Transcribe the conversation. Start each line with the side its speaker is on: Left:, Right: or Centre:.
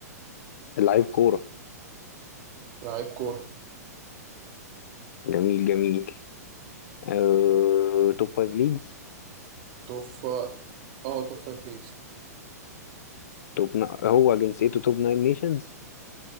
Left: لعيب كورة
Right: لعيب كورة
Left: جميل جميل آه توب فايف ليجز
Right: توفى اه توب فايف ليجز
Left: توب ن... هو جنسيته توب ناين نيشنز